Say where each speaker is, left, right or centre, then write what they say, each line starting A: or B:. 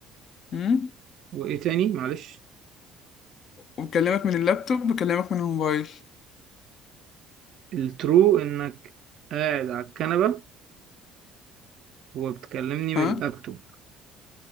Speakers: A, on the left (about 50°); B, on the right (about 55°).
A: مم؟
B: وايه تاني معلش
A: وبكلمك من اللابتوب بكلمك من الموبايل
B: الترو انك قاعد على الكنبه وبتكلمني من
A: ها
B: اللابتوب